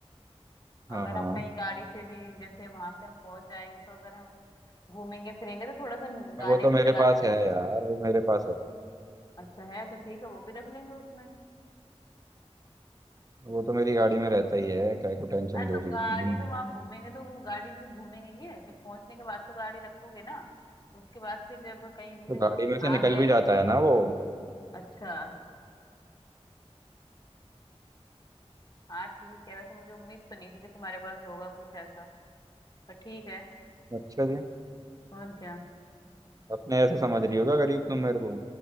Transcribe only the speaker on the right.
हाँ
हाँ
वो तो
मेरे
पास है यार वो मेरे पास है
वो तो मेरी गाड़ी में रहता ही है क्या को टेंशन
दे
रही
हो तुम
तो गाड़ी
में से
निकल
भी
जाता है ना वो
अच्छा जी
अपने ऐसा समझ रही होगा गरीब तुम मेरे को